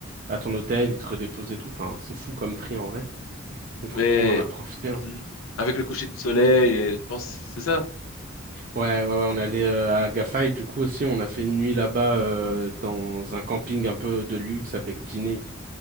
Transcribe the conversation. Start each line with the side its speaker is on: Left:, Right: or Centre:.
Right: à ton hôtel, ils te redéposent et tout. Enfin, c'est fou comme prix en vrai. Du
Left: Mais
Right: coup, on en a profité.
Left: mhm.
Right: hein.
Left: Avec le coucher de soleil, euh, je pense, c'est ça.
Right: Ouais, ouais, ouais, on est allé euh, à Agafay, du coup aussi, on a fait une nuit là-bas euh, dans un camping un peu de luxe avec dîner.